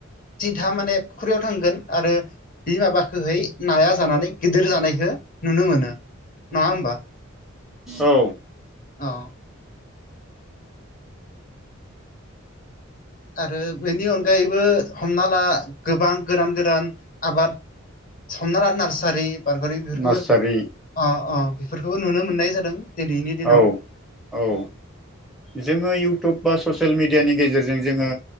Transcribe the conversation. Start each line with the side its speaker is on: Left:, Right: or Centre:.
Left: जिथा माने फुख्रियाव थांगोन आरो बि माबाखोहै नाया जानानै गिदिर जानायखौ नुनो मोनो। नङा होमबा?
Centre: औ।
Left: अ आरो बेनि अनगायैबो हमना ला गोबां गोरान गोरान आबाद हमना ला नार्सारि बारगारि बेफोरखौबो
Centre: नार्सारि
Left: अ अ बेफोर खौबो नुनो मोननाय जादों दिनैनि दिनाव।
Centre: औ औ, जोङो इउटुब बा ससियेल मेडि डिया नि गेजेरजों जोङो